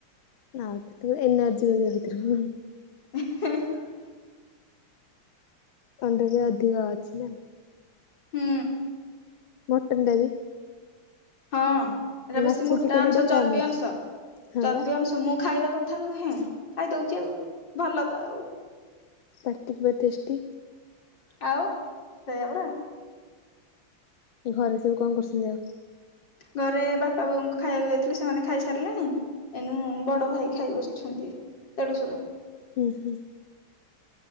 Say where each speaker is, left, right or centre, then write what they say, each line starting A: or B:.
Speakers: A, on the left; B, on the left.
A: ଆଉ ତୁମ ଏନର୍ଜି ମିଳିବ ଏ
B: <unintelligible>
A: ଅଣ୍ଡାରେ ଅଧିକ ଅଛି ଆଉ।
B: ହୁଁ।
A: ମଟନ ଟା ବି।
B: ହଁ ଏଇଟା
A: ମାଛ
B: ବେଶୀ ମୋଟା
A: ଚିକେନ୍
B: ଅଂଶ,
A: ଟା ଟିକେ
B: ଚର୍ବି
A: କମ୍ ଅଛି।
B: ଅଂଶ,
A: ହଁ
B: ଚର୍ବି
A: ବା।
B: ଅଂଶ। ତ ମୁଁ ଖାଇବା କଥା ନୁହେଁ, ଖାଇଦଉଛି ଆଉ ଭଲ ତ ଆଉ।
A: ପାଟି ପୁରା ଟେଷ୍ଟୀ।
B: ଆଉ ସେଇଆ ପରା।
A: ଘରେ ସବୁ କଣ କରୁଛନ୍ତି ଆଉ?
B: ଘରେ ବାପା ବୋଉଙ୍କୁ ଖାଇବାକୁ ଦେଇଥିଲେ, ସେମାନେ ଖାଇସାରିଲେଣି। ଏଇନୁ ବଡ ଭାଇ ଖାଇ ବସିଛନ୍ତି ଦେଢଶୁର।
A: ହୁଁ ହୁଁ।